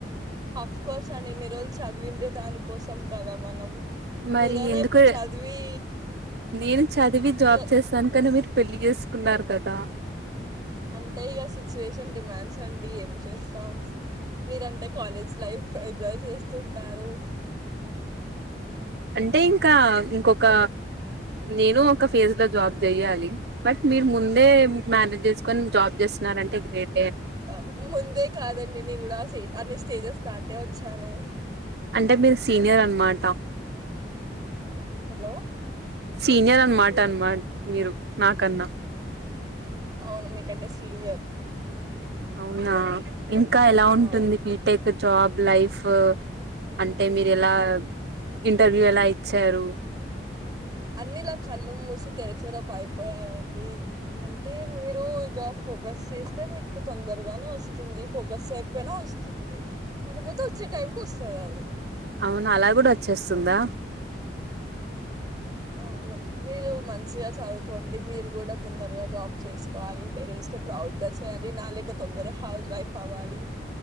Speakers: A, on the right; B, on the right.
A: హఫ్ కోర్స్ అండి, ఇన్ని రోజులు చదివిందే దాని కోసం కదా మనం.
B: మరి
A: మీరైనా
B: ఎందుకు,
A: ఇప్పుడు చదివి
B: నేను చదివి జాబ్
A: ఇగ
B: చేస్తాను కానీ. పెళ్లి జేసుకున్నార్ కదా.
A: అంటే ఇగా సిచ్యువేషన్ డిమాండ్స్ అండి ఏం చేస్తాం, మీరంటే కాలేజ్ లైఫ్ ఎంజాయ్ చేస్తుంటారు.
B: అంటే ఇంకా, ఇంకొక నేను ఒక ఫేజ్ లో జాబ్ జేయాలి. బట్ మీరు ముందే మ్యానేజ్ జేసుకొని జాబ్ జేస్తున్నారంటే గ్రేట్.
A: ఆ ముందే కాదండి నేన్ కూడా <unintelligible> అనిస్త్. స్టేజేస్ దాటే ఓచ్చాను.
B: అంటే మీరు సీనియర్ అన్నమాట.
A: హలో.
B: సీనియర్ అన్నమాట, అన్నమా మీరు నాకన్నా.
A: అవును, మీకంటే సీనియర్.
B: అవునా, ఇంకా ఎలా ఉంటుంది
A: అవును
B: బీటెక్. ఇగ్ జాబ్, లైఫ్. అంటే మీర్ ఎలా, ఇంటర్వ్యూ ఎలా ఇచ్చారు.
A: అన్ని ఇలా కళ్ళు మూసి తెరిచే లోపు అయిపోయాయండి. అంటే మీరు ఇగా ఫోకస్ చేస్తే మీకు తొందరగానే ఓస్తుంది, ఫోకస్ చేయకపోయినా ఓస్తుంది. కాకపోతే వచ్చే టైంకి ఓస్తాది అది.
B: అవునా, అలా గూడా ఓచ్చేస్తుందా.
A: అవును. మీరు మంచిగా చదువుకోండి, మీరు గూడా తొందరగా జాబ్ చేసుకోవాలి, మీ పేరెంట్స్ నీ ప్రౌడ్ గా చేయాలి, నా లేక తొందరగా హౌస్ వైఫ్ అవ్వాలి.